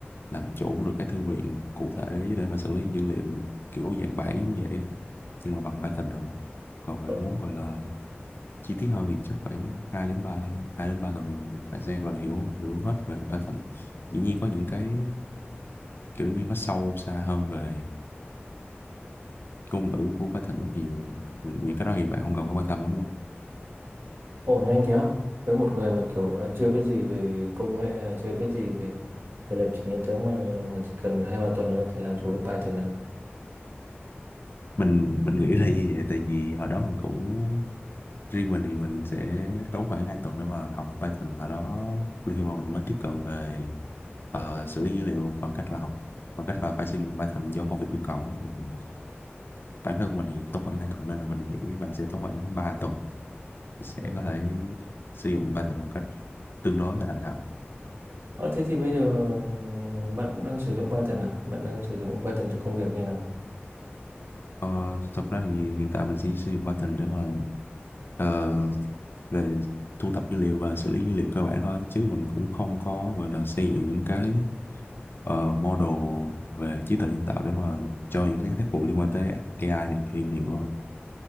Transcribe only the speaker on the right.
Ồ,
ồ nhanh thế á? Với một người mà kiểu là chưa biết gì về công nghệ, hay chưa biết gì về về lập trình như thế mà mà chỉ cần hai ba tuần là có thể làm chủ được Python à?
Ừ.
Ờ, thế thì bây giờ ừ, bạn cũng đang sử dụng Python à? Bạn đang sử dụng Python cho công việc như nào?